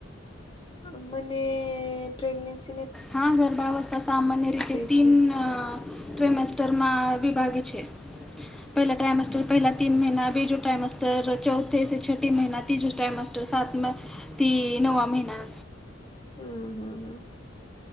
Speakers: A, on the left (about 25°); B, in the centre.
A: અમને પ્રેગનેનસી ન
B: હા ગર્ભાવસ્થા સામાન્ય રીતે તીન
A: છે.
B: ટેમેસ્ટરમાં વિભાગે છે. પહેલા ટાઈમસ્ટર પહેલા તીન મહિના બીજો ટાઈમસ્ટર ચોથથે સ છઠટી મહિના તીજો ટાઈમસ્ટર સાતમાં થી નવા મહિના
A: હમ હમ હમ.